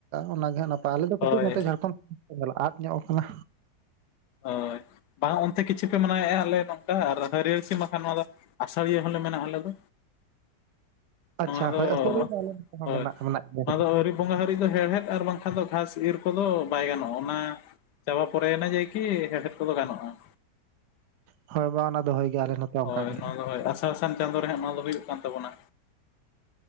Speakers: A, on the right; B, on the left.
A: ᱚᱱᱟ ᱜᱮ ᱦᱟᱝ ᱱᱟᱯ ᱟᱞᱮ ᱫᱚ
B: ᱦᱳᱭ
A: ᱠᱟᱹᱴᱤᱡ ᱱᱚᱛᱮ ᱡᱷᱟᱲᱠᱷᱚᱸᱰ ᱠᱷᱚᱱ ᱟᱫ ᱧᱚᱜ ᱠᱟᱱᱟ
B: ᱦᱳᱭ ᱵᱟᱝ ᱚᱱᱛᱮ ᱠᱤᱪᱷᱩ ᱯᱮ ᱢᱟᱱᱟᱣ ᱮᱫᱼᱟ ᱟᱞᱮ ᱱᱚᱝᱠᱟ ᱟᱨ ᱦᱟᱹᱨᱭᱟᱹᱲ ᱥᱤ ᱵᱟᱠᱷᱟᱱ ᱱᱚᱣᱟ ᱫᱚ ᱟᱥᱟᱲᱤᱭᱟᱹ ᱦᱚᱸᱞᱮ ᱢᱮᱱᱟᱜᱼᱟ ᱟᱞᱮ ᱫᱚ ᱱᱚᱣᱟ
A: ᱟᱪᱪᱷᱟ
B: ᱫᱚ
A: ᱦᱳᱭ ᱟᱹᱥᱟᱹᱲᱤ ᱫᱚ ᱟᱞᱮ ᱱᱚᱛᱮ ᱦᱚᱸ
B: ᱦᱳᱭ
A: ᱢᱮᱱᱟᱜ ᱢᱮᱱᱟᱜ ᱜᱮᱭᱟ
B: ᱚᱱᱟ ᱫᱚ ᱟᱹᱣᱨᱤ ᱵᱚᱸᱜᱟ ᱦᱟᱹᱨᱤᱡ ᱫᱚ ᱦᱮᱲᱦᱮᱫ ᱟᱨ ᱵᱟᱝᱠᱷᱟᱱ ᱫᱚ ᱜᱷᱟᱥ ᱤᱨ ᱠᱚᱫᱚ ᱵᱟᱭ ᱜᱟᱱᱚᱜᱼᱟ ᱚᱱᱟ ᱪᱟᱵᱟ ᱯᱚᱨᱮ ᱠᱤ ᱦᱮᱲᱦᱮᱫ ᱠᱚᱫᱚ ᱜᱟᱱᱚᱼᱟ
A: ᱦᱳᱭ ᱵᱟᱝ ᱚᱱᱟ ᱫᱚ ᱦᱳᱭ ᱜᱮ ᱟᱞᱮ ᱱᱚᱛᱮ ᱚᱱᱠᱟ
B: ᱦᱳᱭ
A: ᱜᱮ
B: ᱱᱚᱣᱟ ᱫᱚ ᱦᱳᱭ ᱟᱥᱟᱲ ᱥᱟᱱ ᱪᱟᱸᱫᱳ ᱨᱮ ᱦᱟᱸᱜ ᱱᱚᱣᱟ ᱫᱚ ᱦᱳᱭᱳᱜ ᱠᱟᱱ ᱛᱟᱵᱚᱱᱟ